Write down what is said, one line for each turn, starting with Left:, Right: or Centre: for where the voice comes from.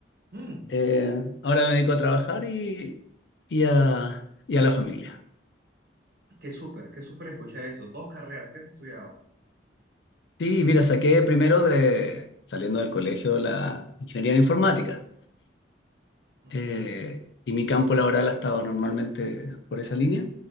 Right: Mm,
Left: Eh, ahora me dedico a trabajar y, y a, y a la familia.
Right: qué súper, qué súper escuchar eso. Dos carreras, ¿qué has estudiado?
Left: Sí, mira, saqué primero de, saliendo del colegio, la ingeniería en informática.
Right: Ujú,
Left: eh, y mi campo laboral ha estado normalmente por esa línea.